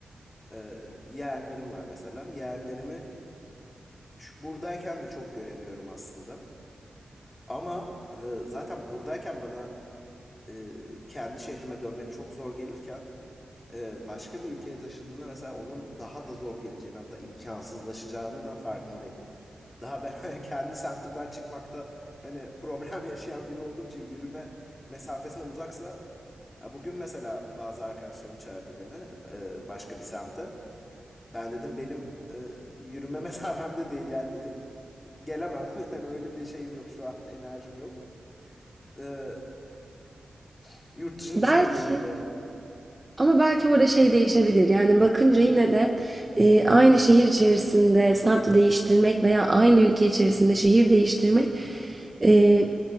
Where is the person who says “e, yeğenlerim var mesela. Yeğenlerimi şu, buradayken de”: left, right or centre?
Left